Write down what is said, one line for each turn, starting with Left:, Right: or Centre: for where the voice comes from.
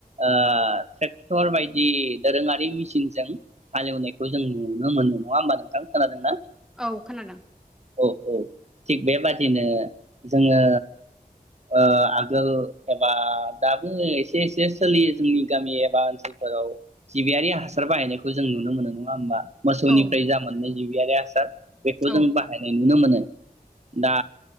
Right: ओ ट्रेक्टर बायदि दोरोङारि मेसिन जों हालेवनायखौ जों नुनो मोनो नङा होमबा नोंथां? खोनादोंना
Centre: औ खोनादों।
Right: औ औ थिग बेबादिनो जोङो ओ आगोल एबा दाबो एसे एसे सोलियो जोंनि गामि एबा ओनसोलफोराव जिबियारि हा सार बाहायनायखौ जों नुनो मोनो नङा होमबा? मसौनिफ्राय
Centre: औ
Right: जा मोननाय जा जिबियारि हासार बेखौ
Centre: औ
Right: जों बाहायनाय नुनो मोनो। दा